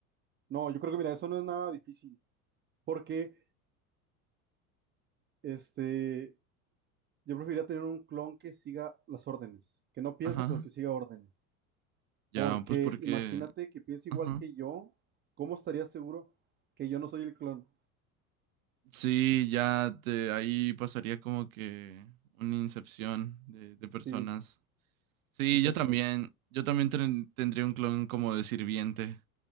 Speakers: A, on the right (about 25°); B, on the right (about 65°).
A: No, yo creo que mira, eso no es nada difícil, porque este, yo preferiría tener un clon que siga las órdenes, que no piense,
B: Ajá,
A: pero que siga órdenes. Porque
B: ya, pues porque,
A: imagínate que piensa igual
B: ajá.
A: que yo, ¿cómo estaría seguro que yo no soy el clon?
B: Sí, ya te, ahí pasaría como que una incepción de, de personas.
A: Sí,
B: Sí,
A: entonces,
B: yo también. Yo también ten- tendría un clon como de sirviente,